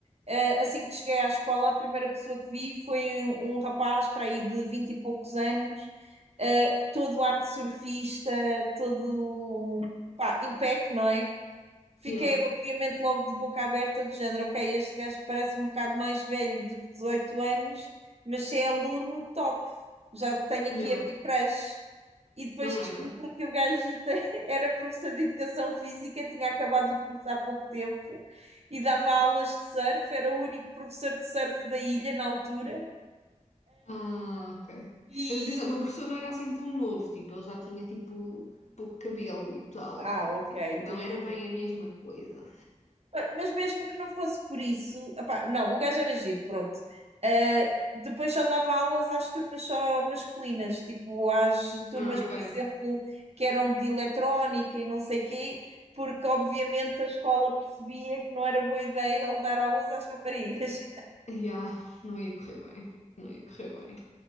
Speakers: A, on the right (about 55°); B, on the left (about 65°).
A: eh, assim que cheguei à escola, a primeira pessoa que vi foi um, um rapaz para aí de vinte e poucos anos, eh, todo ar de surfista, todo, pá, impec, não é? Fiquei,
B: Yeah,
A: obviamente, logo de boca aberta, do género, ok, este gajo parece um bocado mais velho de que 18 anos, mas se é aluno, top, já tenho aqui
B: yeah,
A: a minha creche. E depois
B: não
A: descubro
B: era.
A: que o gajo tem- <laughs> era professor de educação física, tinha acabado o curso há pouco tempo e dava aulas de surf, era o único professor de surf da ilha na altura.
B: Ah, ok.
A: E,
B: Mas atenção, o meu professor não era assim tão novo, tipo, ele já tinha tipo pouco cabelo e tal,
A: ah,
B: portanto,
A: ok,
B: tipo,
A: estou
B: não
A: a perceber.
B: era bem a mesma coisa.
A: Mas mesmo que não fosse por isso, epá, não, o gajo era giro, pronto. Ah, depois só dava aulas às turmas só masculinas, tipo às turmas,
B: Ah, ok.
A: por exemplo, que eram de eletrónica e não sei quê, porque obviamente a escola percebia que não era boa ideia ele dar aulas às raparigas.
B: Eh, Yeah, não ia correr bem, não ia correr bem.